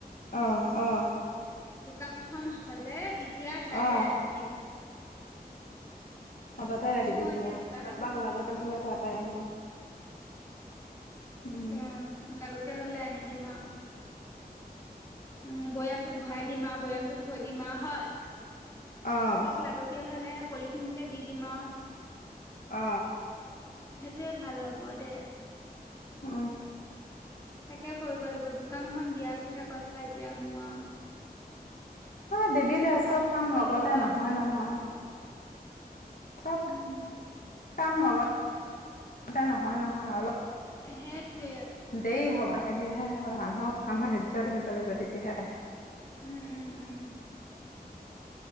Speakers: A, on the left (about 60°); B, on the left (about 20°).
A: অ অ
B: দোকানখন হলে তেতিয়া সেয়াতে
A: অ
B: ৰাখি দিম
A: অ তাতে ৰাখিবি
B: মই
A: দিয়া
B: এতিয়া দোকান
A: বা
B: এখন
A: কাবাক লাগতিয়াল
B: দি
A: তাতে আহিব উম
B: অ লাগতিয়াল হলে আনি দিম আউ উম বৈয়ামটো ভয়াই দিম আউ বৈয়ামটো থৈ দিম আউ হয়
A: অহ
B: কাৰবাক লাগতিয়াল হ'লে হে পলিথিনতে দি দিম আউ
A: অ
B: সেইটোয়ে ভাল হ'ব দে
A: উ
B: তাকে কৰিব লাগিব দোকানখন দিয়াতোহে কথা এতিয়া মোৰ আউ
A: এ দিবি দে
B: সাহস
A: চব কাম
B: কৰিব
A: লগতে
B: পাই
A: নহয় নহয় চব
B: উম
A: কাম লগত নহয় নহয় অলপ
B: এ হেতুৱে
A: দেই হ লাহে ধীয়ে হে হয় মানুহৰ মানুহৰ ধৈৰ্য ধৰিব লাগিব তেতিয়াহে আহে
B: উম উম উম